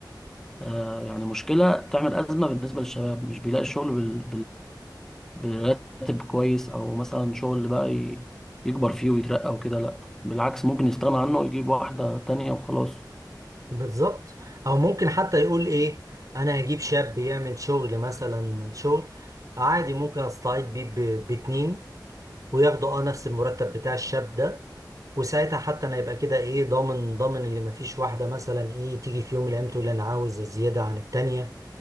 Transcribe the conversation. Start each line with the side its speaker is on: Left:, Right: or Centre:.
Centre: آه، يعني مشكلة بتعمل أزمة بالنسبة للشباب مش بيلاقي الشغل براتب كويس او مثلا شغل بقى ي- يكبر فيه ويترقى وكده لا بالعكس ممكن يستغنى عنه ويجيب واحدة تانية وخلاص
Right: بالظبط أو ممكن حتى يقول إيه أنا هجيب شاب يعمل شغل مثلا شغل عادي ممكن أستعيد بيه ب- باتنين وياخدوا أه نفس المرتب بتاع الشاب ده وساعتها حتى انا يبقى كده ايه ضامن ضامن اللي مفيش واحده مثلا ايه تيجي في يوم من الايام تقول انا عاوز زياده عن التانيه